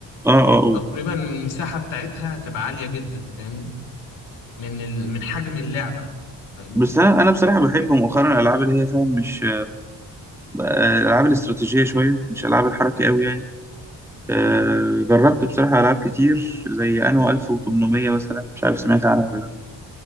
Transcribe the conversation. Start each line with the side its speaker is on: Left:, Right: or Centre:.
Centre: اه اه آه.
Left: تقريبا المساحه بتاعتها هتبقى عاليه جدا فاهمني من ال... من حجم اللعبه فاهمني
Centre: بس انا انا بصراحة بحب مؤخرا الالعاب اللي هي فاهم مش آه، العاب الاستراتيجيه شويه مش العاب الحركه قوي يعني آه، جربت بصراحه العاب كتير زي انو 1800 مثلا مش عارف سمعت عنها ولا لا